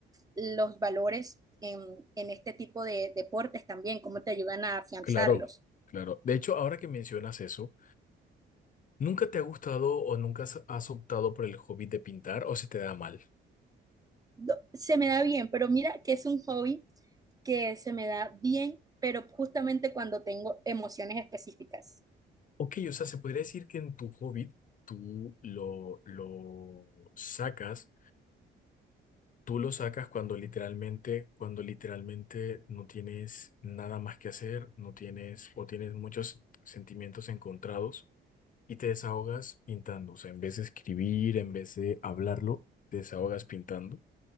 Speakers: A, on the right; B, on the left.
A: los valores en, en este tipo de deportes también, cómo te ayudan a afianzarlos.
B: Claro, claro. De hecho, ahora que mencionas eso, ¿nunca te ha gustado o nunca has has optado por el hobby de pintar o se te da mal?
A: Do- Se me da bien, pero mira que es un hobby que se me da bien, pero justamente cuando tengo emociones específicas.
B: Ok, o sea, se podría decir que en tu Hobbit tú lo, lo sacas, tú lo sacas cuando literalmente, cuando literalmente no tienes nada más que hacer, no tienes o tienes muchos sentimientos encontrados y te desahogas pintando. O sea, en vez de escribir, en vez de hablarlo, te desahogas pintando.